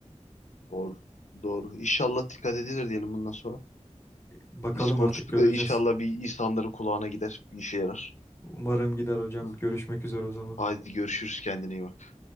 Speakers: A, on the left; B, on the left.
A: Doğru. Doğru. İnşallah dikkat edilir diyelim bundan sonra.
B: Bakalım
A: Biz konuştuk
B: artık göreceğiz.
A: da inşallah bir insanların kulağına gider. Bir işe yarar.
B: Umarım gider hocam.
A: Hı.
B: Görüşmek
A: hı.
B: üzere o zaman.
A: Haydi görüşürüz kendine iyi bak.